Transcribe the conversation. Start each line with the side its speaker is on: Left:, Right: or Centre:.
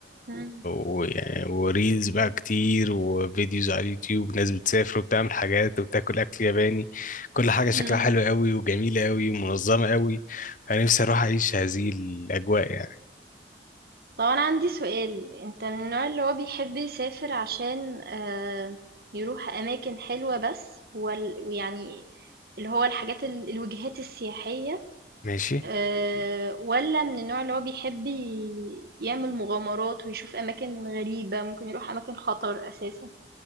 Right: مم.
Left: ويعني وريلز بقى كتير وفيديوز على اليوتيوب ناس بتسافر وبتعمل حاجات وبتاكل اكل ياباني كل حاجة شكلها
Right: امم
Left: حلو قوي وجميلة قوي ومنظمة قوي انا نفسي اروح اعيش هذه الاجواء يعني
Right: طب أنا عندي سؤال أنت من النوع اللي هو بيحب يسافر عشان آه يروح أماكن حلوة بس وال... ويعني اللي هو الحاجات ال- الوجهات السياحية
Left: ماشي
Right: آه ولا من النوع اللي هو بيحب ي- يعمل مغامرات ويشوف أماكن غريبة ممكن يروح أماكن خطر أساسا